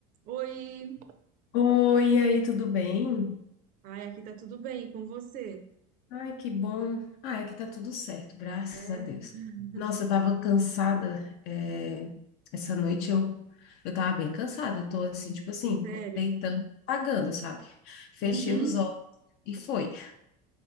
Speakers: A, on the right; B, on the left.
A: Oi!
B: Oi, e aí, tudo bem?
A: Ai, aqui tá tudo bem com você?
B: Ai, que bom. Ah, aqui tá tudo certo, graças
A: É,
B: a Deus.
A: <laughs>
B: Nossa, eu tava cansada. é, Essa noite eu, eu tava bem cansada. Eu tô assim, tipo assim,
A: sério.
B: co- deitando, apagando, sabe? Fechei
A: Uhum.
B: os olhos e foi.